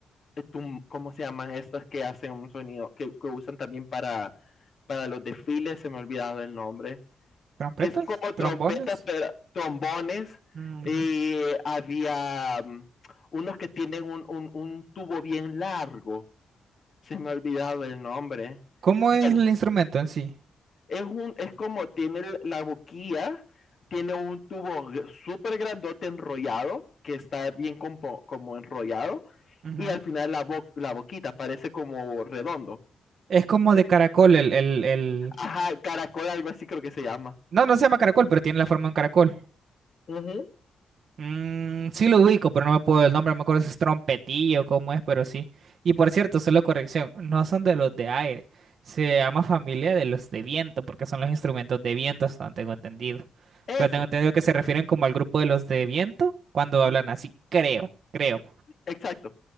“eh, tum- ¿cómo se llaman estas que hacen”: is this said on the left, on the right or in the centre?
Left